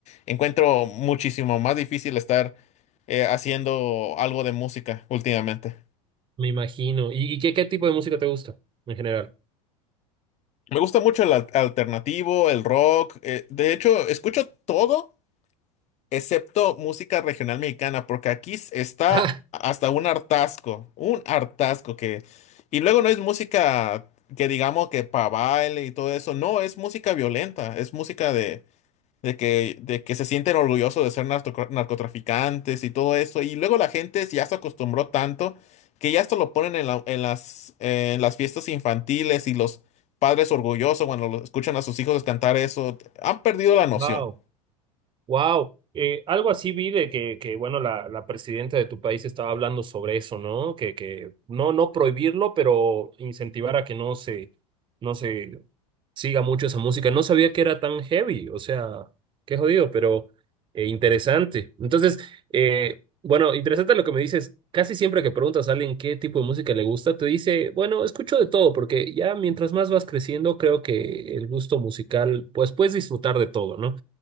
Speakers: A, on the left; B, on the right.
A: encuentro muchísimo más difícil estar eh, haciendo algo de música últimamente.
B: Me imagino. ¿Y, y qué, qué tipo de música te gusta en general?
A: Me gusta mucho el al- alternativo, el rock. eh, de hecho, escucho todo excepto música regional mexicana, porque aquí s- está
B: <laughs>
A: hasta un hartazgo, un hartazgo que... Y luego no es música que digamos que para baile y todo eso, no, es música violenta, es música de, de que, de que se sienten orgullosos de ser narco- narcotraficantes y todo eso, y luego la gente ya se acostumbró tanto que ya esto lo ponen en, la- en las, en las fiestas infantiles y los padres orgullosos cuando lo- escuchan a sus hijos cantar eso, han perdido la noción.
B: Ah, Wow. Wow, algo así vi de que, que bueno, la, la presidenta de tu país estaba hablando sobre eso, ¿no? Que, que no, no prohibirlo, pero incentivar a que no se, no se siga mucho esa música. No sabía que era tan heavy, o sea, qué jodido, pero eh, interesante. Entonces, eh, bueno, interesante lo que me dices. Casi siempre que preguntas a alguien qué tipo de música le gusta, te dice, bueno, escucho de todo, porque ya mientras más vas creciendo, creo que el gusto musical, pues puedes disfrutar de todo, ¿no?